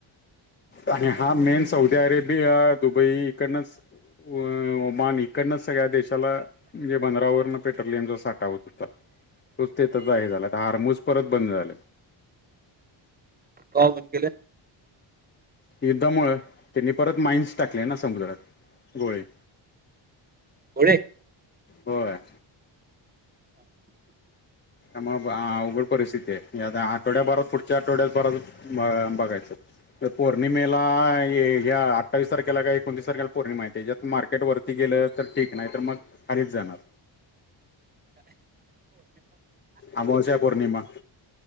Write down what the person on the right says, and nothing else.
का ओ बंद केलं?
पुढे